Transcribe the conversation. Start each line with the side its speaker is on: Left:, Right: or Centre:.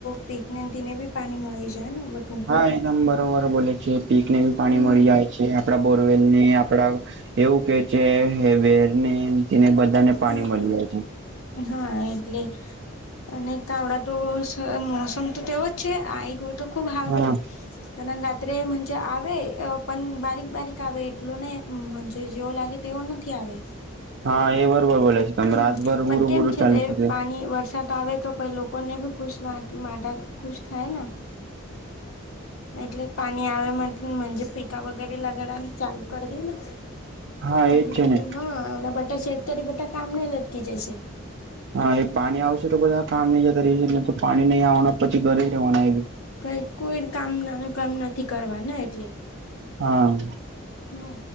Left: પીકને ને બી પાણી મળી જાય ને બધું.
Right: હા એકદમ બરોબર બોલે છે પીક બી પાણી
Left: હમ
Right: મળી જાય છે આપડા બોરવેલ ને આપડા એવું કે છે હે વેરને તેને બધાને પાણી
Left: હા
Right: મળી જાય છે.
Left: હા એટલે અને તો આવડા તો મોસમ તો તેવો જ છે આ એક તો ખુબ સારું
Right: હા
Left: રાત્રે આવે પણ બારીક બારીક આવે એટલું નહી જેવો લાગે તેઓ નથી આવે
Right: હા એ બરોબર બોલે છે. તમે
Left: હમ
Right: રાતભર
Left: પણ
Right: બુરું
Left: કેમ
Right: બુરું
Left: છે
Right: ચાલી
Left: તે
Right: થશે
Left: પાણી વરસાદ આવે તો પન લોકોને બી ખુશ માટે ખુશ થાય ને એટલે પાણી આવે પીકા વગેરે લગાડવાને ચાલુ કરી દે
Right: હા
Left: પાણી
Right: એજ છે
Left: ફ
Right: ને
Left: હા હમણાં બધા શતકરી બધા કામને લટકી જશે <unintelligible>
Right: હા એ પાણી આવશે તો બધા કામે જતા રશે ને તો પાણી નહીં આવવાના પછી ઘરે રહેવાના એ.
Left: ભાઈ કોઈ કામ નાનું કામ નથી કરવા ને એટલે.
Right: હા
Left: હમ